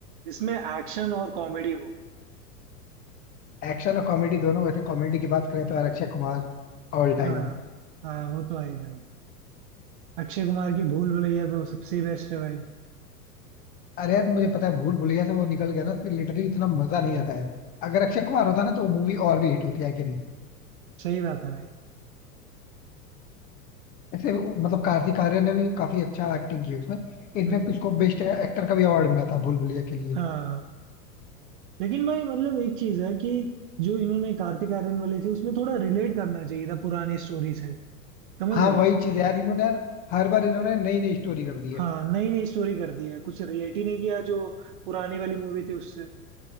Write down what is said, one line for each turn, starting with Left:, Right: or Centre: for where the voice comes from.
Right: जिसमें एक्शन और कॉमेडी हो
Left: एक्शन और कॉमेडी दोनों वैसे कॉमेडी की बात करें तो यार अक्षय कुमार ऑल टाइम
Right: हाँ हाँ वो तो है ही भाई अक्षय कुमार की भूल भुलैया तो सबसे बेस्ट है भाई
Left: अरे यार मुझे पता है भूल भुलैया से वो निकल गया ना फिर लिटरली इतना मजा नहीं आता है अगर अक्षय कुमार होता ना तो मूवी और भी हिट होती है कि नहीं
Right: सही बात है भाई
Left: ऐसे वो- मतलब कार्तिक आर्यन ने भी काफी अच्छा एक्टिंग की है उसमें इनफैक्ट
Right: हम्म
Left: उसको बेस्ट एक्टर का भी अवार्ड मिला था भूल भुलैया के लिए
Right: हाँ लेकिन भाई मतलब एक चीज है कि जो इन्होंने कार्तिक आर्यन वाली थी उसमें थोड़ा रिलेट करना चाहिए था पुरानी स्टोरी से समझ
Left: हाँ
Right: रहे
Left: वही
Right: हो
Left: चीज यार इन्होंने यार हर बार इन्होंने नई नई स्टोरी कर दी है
Right: हाँ नई नई स्टोरी कर दी है कुछ रिलेट ही नहीं किया जो पुरानी वाली मूवी थी उससे